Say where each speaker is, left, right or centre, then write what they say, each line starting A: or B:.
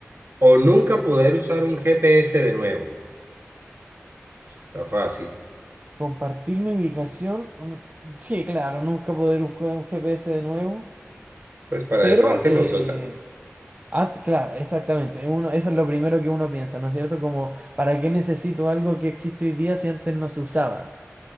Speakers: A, on the right (about 55°); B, on the right (about 30°).
A: ¿O nunca poder usar un GPS de nuevo? Está fácil.
B: Compartir mi ubicación. mm, Sí, claro, nunca poder buscar un GPS de nuevo,
A: Pues para
B: pero
A: eso antes
B: eh,
A: nosotros
B: Ah, t- claro, exactamente. Uno, eso es lo primero que uno piensa, ¿no es cierto? Como, ¿para qué necesito algo que existe hoy día si antes no se usaba?